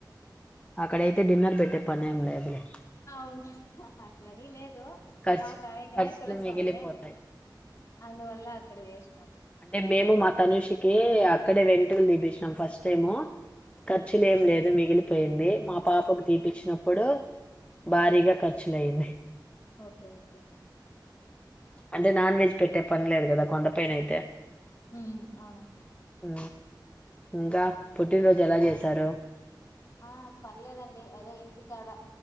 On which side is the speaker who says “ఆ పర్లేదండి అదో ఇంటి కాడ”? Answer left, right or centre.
Left